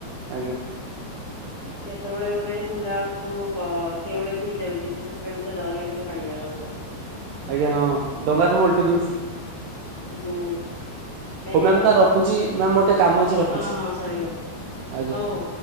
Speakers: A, on the right; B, on the left.
A: ଆଜ୍ଞା।
B: ଯେତେବେଳେ ଗୋଟେ ଶୁଣିଲା ବେଳକୁ କିଏ ଗୋଟେ ବୁଡିଯାଉଛି ତ ସେଥିପାଇଁ ମତେ ଡର ଲାଗେ ସେ ପାଣି ଜାଗାକୁ।
A: ଆଜ୍ଞା ହଁ, ଡଙ୍ଗା ସବୁ ଓଲଟି ଦଉଛି।
B: ହୁଁ।
A: ହଉ ମ୍ୟାାମ
B: ଯାଉ
A: ତାହେଲେ ରଖୁଛି ମ୍ୟାାମ ମୋର ଟିକେ କାମ ଅଛି ରଖୁଛି
B: ହଁ ହଁ ସରିଗଲା
A: ଆଜ୍ଞା।
B: ହଉ ହଉ।